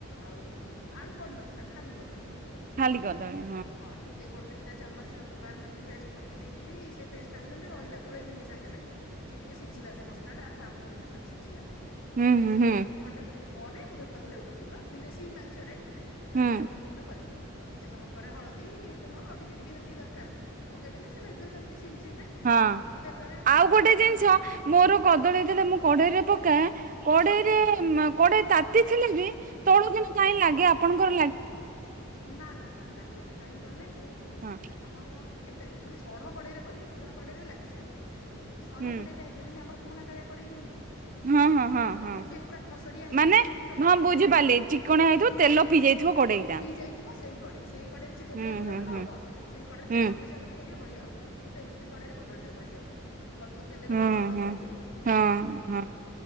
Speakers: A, on the left; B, on the right.
A: ଆଉ ଆଳୁ ପଡି ନଥିଲା ଖାଲି କଦଳୀ।
B: ଖାଲି
A: ଆଉ
B: କଦଳୀ
A: ତାକୁ ହଁ। ଟିକେ ଗୋଟେ, ଦିଟା ଚାମଚ ବାହାର କରିକି ପେଷ୍ଟ ପକେଇ ଦେଇକିରି ସେ ପେଷ୍ଟ। ସୋ ସେମି ରହିଲ। ଗୋଳେଇଲିନି ସାଙ୍ଗେ, ସାଙ୍ଗେ। ସେ ଟିକେ ସିଝିଲା। ସେ ମସଲା ଟା ବାମ୍ପ ଭିତରେ ସେମି ସିଝିଲା।
B: ହୁଁ
A: ପାଞ୍ଚ
B: ହୁଁ ହୁଁ
A: ମିନିଟ ଖଣ୍ଡେଅ ପରେ ମୁଁ ଯୋଠି ତାକୁ ଲେଉଟ ପୁଟ ଧିରେ ସି ମାଞ୍ଚ ରେ। ତାକୁ
B: ହୁଁ
A: ଲେଉଟ ଫେଉଟ କଲି। ପୁଣି ଟିକେ ସମୟ ପରେ ହଳଦୀ, ଲୁଣ ଆଉ ଟିକେ ଟିକେ ଯେତିକି ଦରକାର ପକେଇଦେଲି। ସେରେ ସେମିତି ସିମ ସିମ ରେ ଆଉ
B: ହଁ
A: ତେଲରେ ତେଲରେ
B: ଆଉ ଗୋଟେ
A: ତାର ଡ
B: ଜିନିଷ
A: କ
B: ମୋର କଦଳୀ
A: ଚାଚଥିଲେ
B: ଯେତେବେଳେ ମୁଁ କଢେଇରେ
A: କି
B: ପକାଏ
A: ତଣଦିନ
B: କଡେଇରେ କଡେଇ ତାତି ଥିଲେ ବି ତଳୁ କିନ୍ତୁ କାହିଁ ଲାଗେ ଆପଣଙ୍କର
A: ଲାଗେ ଆପଣଙ୍କର ଲାଗ <unintelligible> ନା ନା ନା ଲାଗେନି। କାହିଁ ଗଲେ ଯୋଉ।
B: ହଁ
A: ଆପଣ କଣ ଟିକେେ ମାନେ ସଢ଼ କଡ଼େଇରେ କରିବେ। ନୂଆ କଡ଼େଇରେ ଲାଗିଯାଏ। ଆଉ ଯଦି ସଢ଼
B: ହୁଁ
A: କଡ଼େଇ ଟଟା ହେଇିବ ଯେମିତି ଆମର। ପୁଣାକାାଆଡ଼େଇ ଯାଉୁଁ।
B: ହଁ ହଁ
A: ଯୋଉଟା
B: ହଁ
A: ଆପଣଙ୍କର
B: ହଁ
A: ଦେଖିବେ ପୁରା ଖସଡିଆ ହେଇଯାଇଥିବ।
B: ମାନେ
A: ଚିକଟଣିଆ
B: ହଁ
A: ହେଇଥିବ।
B: ବୁଝିପାରିଲି ଚିକଣା ହେଇଥିବ
A: ହଁ,
B: ତେଲ ପିଇ ଯାଇଥିବ କଡେଇଟା
A: ହଁ। ପିଇ ଯାଇ ଥିବ ସେଇ କଡ଼େଇ। ସେଇ କଡ଼େଇରେ ଚିତୋ
B: ହୁଁ
A: ପିଠା କଲେ
B: ହୁଁ
A: ଭଲ
B: ହୁଁ
A: ହବ। ସେଇ କଡ଼ରେ
B: ହୁଁ
A: ଯାହା ଭଜାଭଜି କରିବ ବଢିଆ ହଉଥିବ। ମୁଁ ସେମ କଡରେ କଦଳଟକୁାିବା ଭଲ। ଅଳ୍ପ ତେଲରେ
B: ହୁଁ
A: ଭା ଆଉ
B: ହୁଁ
A: ପଡିବନିଁ।
B: ହଁ ହଁ